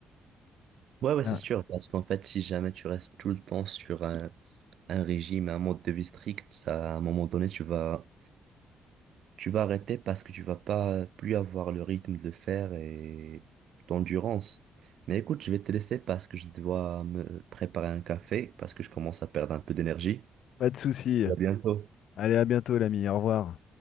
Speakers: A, on the right (about 65°); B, on the left (about 70°).
A: Ouais, ouais,
B: Tiens,
A: c'est sûr, parce qu'en fait, si jamais tu restes tout le temps sur un, un régime, un mode de vie strict, ça, à un moment donné, tu vas Tu vas arrêter parce que tu vas pas plus avoir le rythme de le faire et l'endurance. Mais écoute, je vais te laisser parce que je dois me préparer un café parce que je commence à perdre un peu d'énergie.
B: pas de souci.
A: À bientôt.
B: Allez, à bientôt, l'ami, au revoir.